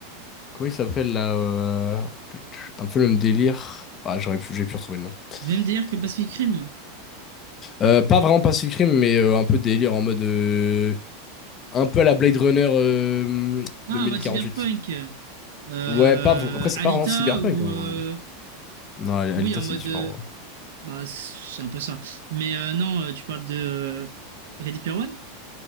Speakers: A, on the left; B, on the right.
A: Comment il s'appelle, là euh, Un peu le même délire. Ah, j'aurais pu, j'ai pu retrouver le nom.
B: Même délire
A: Trop
B: que Pacific
A: compliqué.
B: Rim.
A: Euh, pas vraiment Pacific Rim, mais euh, un peu délire en mode. euh, Un peu à la Blade Runner euh,
B: Ah,
A: 2048.
B: en mode cyberpunk. Euh,
A: Ouais, pas... vr- après, c'est
B: Alita
A: pas vraiment cyberpunk,
B: ou...
A: en
B: euh,
A: vrai. Non, Alita,
B: Oui, en
A: c'est
B: mode...
A: différent.
B: euh, Bah, c'est un peu ça. Mais euh, non, euh, tu parles de euh, Ready Player One?